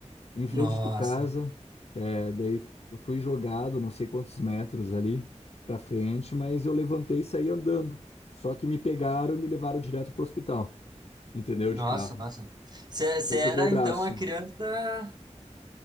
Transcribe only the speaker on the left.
em frente
de casa. É, daí f- fui jogado não sei quantos metros ali pra frente, mas eu levantei e saí andando. Só que me pegaram e me levaram direto pro hospital, entendeu?
De carro.
Eu
quebrei o braço.